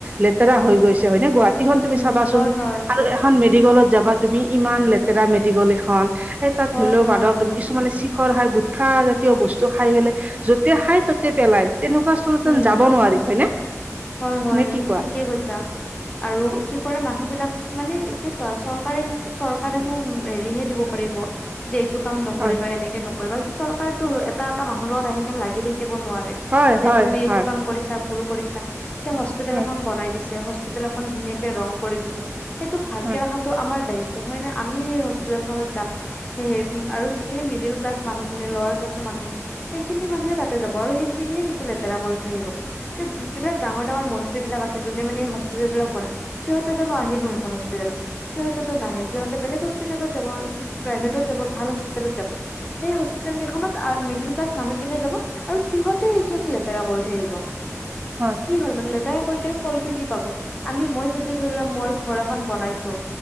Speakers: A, on the right; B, on the left.
A: লেতেৰা হৈ গৈছে হয়নে গুৱাহাটী গুৱাহাটী এখন তুমি
B: উম,
A: চাবাচোন
B: হয়, হয়,
A: আৰু এখন মেডিকেলত যাবা তুমি ইমান লেতেৰা মেডিকল এখন এ তাত
B: হয়,
A: ধৰি লও
B: হয়,
A: মানুহ কিছুমানে ছি খাই গুটখা জাতীয় বস্তু খাই পেলাই যতে খাই তাতে পেলাই তেনেকুৱা আচলতেন
B: উম,
A: যাব নোৱাৰি হয়নে
B: হয়, হয়,
A: নে কি
B: তুমি
A: কোৱা
B: ঠিকেই কৈছা আৰু কি কৰে মানুহ বিলাক মানে এতিয়া চোৱা চৰকাৰে চৰকাৰেনো হেৰিহে দিব পাৰিব যে এইটো কাম নকৰিবা
A: হয়
B: এনেকে নকৰিবা চৰকাৰেতো এটা এটা মানুহ লগত আহি কেনে লাগি থাকিব থাকিব নোৱাৰে
A: হয়
B: যে
A: হয়
B: তুমি এইটো
A: হয়
B: কাম কৰিছা ভুল কৰিছা এতিয়া হস্পিতেল
A: হয়
B: এখন বনাই দিছে হস্পিতেল এখন ধুনীয়াকে ৰং কৰি দিছে সেইটোক ভালকে
A: হয়
B: ৰখাটো আমাৰ দায়িত্ব নহয় নে আমি সেই হস্পিতেল খনত যাম সেইয়েহে আৰু সেই মিডিল ক্লাছ মানুহখিনি লৱেৰ ক্লাছৰ মানুহখিন সেইখিনি মানুহে তাতে যাব আৰু সেইখিনি লেতেৰা কৰি থৈ আহিব এতিয়া যিবিলাক ডাঙৰ ডাঙৰ মন্ত্ৰী বিলাক আছে যোনে মানে হস্পিতেল বিলাক বনাই সিহঁতে জানো আহিব সেইখন হস্পিতেলত সিহঁতেতো নাহে সিহঁতে বেলেগ হস্পিতেলত যাব প্ৰাইভেটত যাব ভাল হস্পিতেলত যাব সেই হস্পিতেল কেইখনত মিডিল ক্লাছ মানুহখিনিয়ে যাব আৰু সিহঁতে সেইখিনি লেতেৰা কৰি থৈ আহিব
A: হয়
B: কি হ'ল মানে লেতেৰা কৰি কিনে ফলটো কি পাব আমি মই যদি ধৰি লওক মই যদি ঘৰ এখন বনাইছো